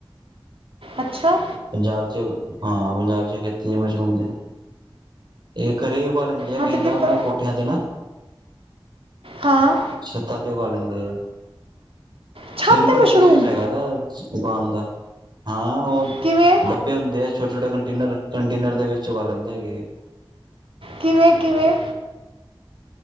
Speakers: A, on the right (about 85°); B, on the right (about 55°).
A: ਅੱਛਾ।
B: ਪੰਜਾਬ ਚ', ਹਾਂ ਪੰਜਾਬ ਚ' ਖੇਤੀ ਹੈ ਮਸ਼ਰੂਮ ਦੀ। ਇਹ ਘਰੇ ਉਗਾ ਲੈਂਦੇ ਆ।
A: ਹਾਂ
B: ਕਈ
A: ਤੇ ਕੀਤਾ
B: ਤਾਂ ਆਪਣੇ ਕੋਠਿਆਂ ਤੇ ਨਾ।
A: ਹਾਂ
B: ਛੱਤਾਂ ਤੇ ਉਗਾ ਲੈਂਦੇ ਆ।
A: ਛੱਤ
B: ਸਿੰਪਲ
A: ਤੇ ਮਸ਼ਰੂਮ
B: ਪ੍ਰੋਸੈਸ ਹੈਗਾ ਏਦਾ। ਦੁਕਾਨ ਦਾ। ਹਾਂ ਉਹ
A: ਕਿਵੇਂ
B: ਡੱਬੇ ਹੁੰਦੇ ਆ। ਛੋਟ-ਛੋਟੇ ਕੰਟੇਨਰ, ਕੰਟੇਨਰ ਦੇ ਵਿੱਚ ਉਗਾ ਲੈਂਦੇ ਹੈਗੇ।
A: ਕਿਵੇਂ-ਕਿਵੇਂ?